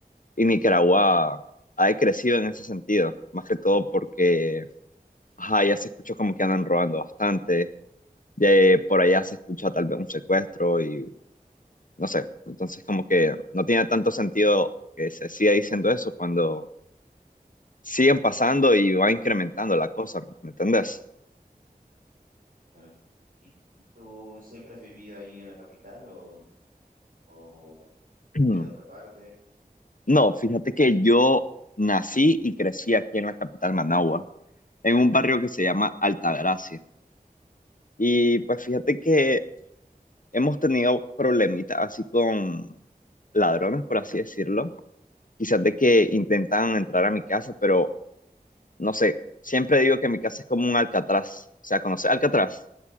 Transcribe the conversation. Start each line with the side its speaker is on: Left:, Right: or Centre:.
Left: y Nicaragua ha decrecido en ese sentido. Más que todo porque ajá, ya se escuchó como que andan robando bastante. Ya eh, por allá se escucha tal vez un secuestro y no sé. Entonces, como que no tiene tanto sentido que se siga diciendo eso cuando siguen pasando y va incrementando la cosa, ¿me entendés?
Right: Claro. ¿Y tú siempre has vivido ahí en la capital o, o
Left: <clears throat>
Right: vienes de otra parte?
Left: No, fíjate que yo nací y crecí aquí en la capital Managua, en un barrio que se llama Altagracia. Y pues fíjate que hemos tenido problemitas así con ladrones, por así decirlo. Quizás de que intentan entrar a mi casa, pero no sé, siempre digo que mi casa es como un Alcatraz. O sea, conoces Alcatraz,